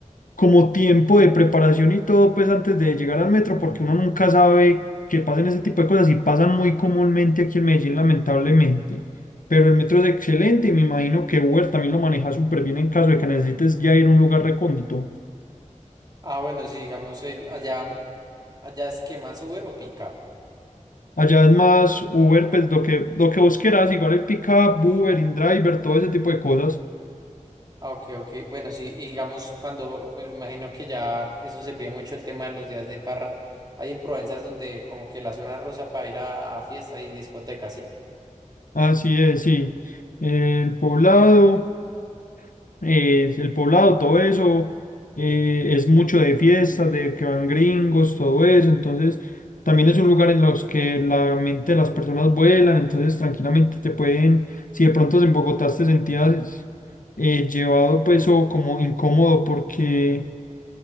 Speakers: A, on the left; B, on the right.
A: como tiempo de preparación y todo, pues antes de llegar al metro, porque uno nunca sabe que pasen ese tipo de cosas y pasan muy comúnmente aquí en Medellín, lamentablemente. Pero el metro es excelente y me imagino que Uber también lo maneja súper bien en caso de que necesites ya ir a un lugar recóndito.
B: Ah, bueno, sí, digamos, el, allá, allá es que más Uber o Pickup.
A: Allá es más Uber, pues lo que, lo que vos quieras, igual el pickup, Uber, InDriver, todo ese tipo de cosas.
B: Ah, ok, ok. Bueno, sí, y digamos, cuando, pues me imagino que ya eso se pide mucho el tema de los días de farra. Hay en Provenza es donde como que la zona rosa para ir a fiesta y discotecas, ¿sí?
A: Así es, sí. El poblado. eh, el poblado, todo eso, eh, es mucho de fiestas, de que van gringos, todo eso, entonces también es un lugar en los que la mente de las personas vuelan, entonces tranquilamente te pueden, si de pronto en Bogotá te sentías eh, llevado pues o como incómodo porque